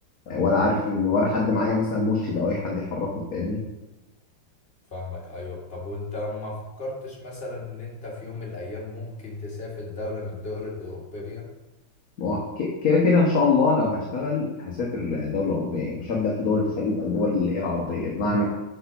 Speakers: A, on the left; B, on the left.
A: يعني ولا عارف ان ولا حد معايا مثلا مرشد او اي حد يحركني فاهمني
B: فاهمك ايوه طب وانت ما فكرتش مثلا ان انت في يوم من الايام ممكن تسافر دولة من الدول الاوروبية
A: ما هو ك- كده كده ان شاء الله لو هشتغل هسافر دوله اوروبيه مش هبدا في دول الخليج او دول اللي هي العربيه بمعنى